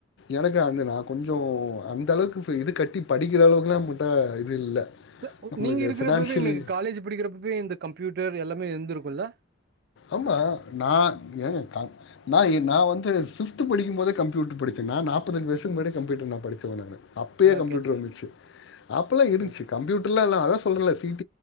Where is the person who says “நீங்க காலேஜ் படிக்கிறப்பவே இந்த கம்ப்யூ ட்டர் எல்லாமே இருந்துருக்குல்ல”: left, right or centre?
Right